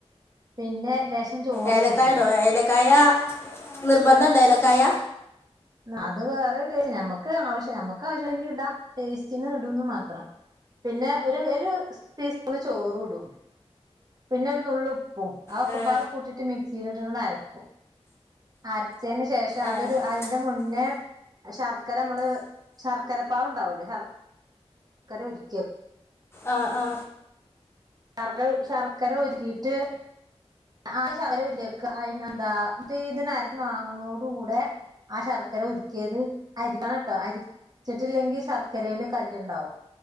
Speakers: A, on the right (about 35°); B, on the left (about 20°).
A: പിന്നെ ചോറ്
B: ഏലക്കായടോ
A: കൂട്ടും
B: ഏലക്കായ നിർബന്ധണ്ടോ ഏലക്കായ
A: അത് വേറെ ടേസ്റ്റ് നമക്ക് ആവശ്യം നമക്ക് ആവശ്യമങ്കിൽ ഇടാം ടേസ്റ്റിന് ഇടന്ന് മാത്രം പിന്നെ ഒരു ഒരു ടീസ്പൂൺ ചോറും ഇടും പിന്നെ ഒരു നുള്ള് ഉപ്പും ആഒക്കെ
B: ആ
A: പാടെ കൂട്ടിട്ട് മിക്സിലിട്ട് അരക്കും അര്ചെന്റെ ശേഷം
B: ആ
A: അതൊരു അ ന്റെ മുന്നേ ശർക്കര നമ്മള് ശർക്കര പാവ് ഇണ്ടാവൂലെ ശ ശർക്കര ഉരുക്കി
B: ആ ആ
A: ശർക്കര ശർക്കര ഉര്ക്കിട്ട് ആദ്യം ശർകര ഉര്ക്കി വെക്ക എന്താ <unintelligible> വാങ്ങുണോട് കൂടെ ആ ശർക്കര ഉര്ക്കിയത് അരിക്കണം ട്ടോ അരിച്ചിട്ടില്ലെങ്കി ശർക്കരെല് കല്ല്ണ്ടാവും